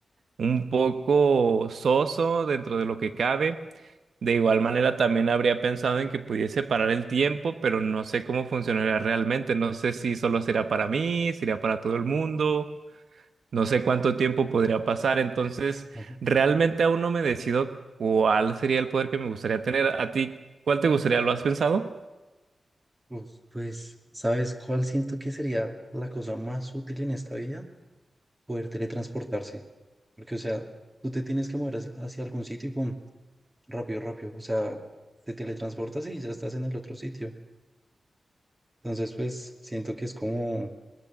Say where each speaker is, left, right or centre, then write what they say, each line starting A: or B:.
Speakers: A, on the right; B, on the right.
A: un poco soso dentro de lo que cabe. De igual manera, también habría pensado en que pudiese parar el tiempo, pero no sé cómo funcionaría realmente. No sé si solo será para mí, será para todo el mundo. No sé cuánto tiempo podría pasar. Entonces,
B: Ujú.
A: realmente aún no me decido cuál sería el poder que me gustaría tener. ¿A ti cuál te gustaría? ¿Lo has pensado?
B: Pues, pues, ¿sabes cuál siento que sería la cosa más útil en esta vida? Poder teletransportarse. Porque, o sea, tú te tienes que mover hacia, hacia algún sitio y pum, rápido, rápido. O sea, te teletransportas y ya estás en el otro sitio. Entonces, pues siento que es como,